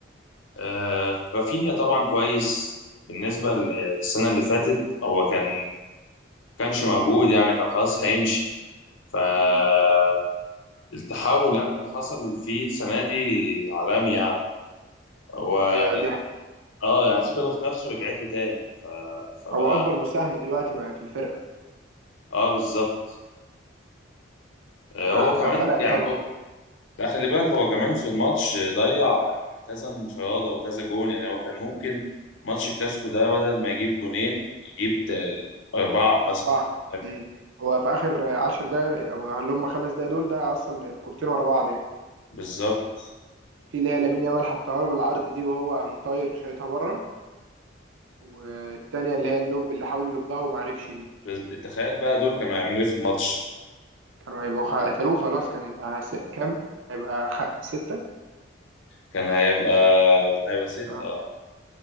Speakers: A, on the left; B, on the right.
A: آه رافينيا طبعا كويس بالنسبه ل- للسنه اللي فاتت هو كان كانش موجود يعني كان خلاص هيمشي فالتحول
B: مم.
A: يعني اللي حصل فيه السنة دي عالمي يعني هو يعني
B: آه دي حقيقة.
A: اه يعني ثقته في نفسه رجعت له تاني ف... فبقى
B: هو اكبر مساهمة دلوقتي مع- في الفرقة
A: اه بالظبط آه،
B: ففرق
A: هو كمان يعني
B: طبعا
A: هو... لا خلي بالك هو كمان في الماتش ضيع كذا انفرادة وكذا جون يعني هو كان ممكن ماتش الكلاسيكو ده بدل ما يجيب جونين يجيب تا- أربعة مثلا
B: أربعة
A: ولا حاجة
B: مم. هو في آخر عشر دقايق أو اللي هم خمس دقايق دول ده أصلا كورتين ورا بعض يعني
A: بالظبط
B: في اللي هي لامين يامال حطها له بالعرض دي وهو قام طاير شايطها بره والتانية اللي هي اللوب اللي حاول يلبها وما عرفش دي
A: بز- تخيل بقى دول كانوا هيعملوا إيه في الماتش
B: كانوا هيبقوا خ- قتلوه خلاص كان هيبقى س- كام؟ هيبقى خ... ستة
A: كان هيبقى كان هيبقى ست
B: آه.
A: اه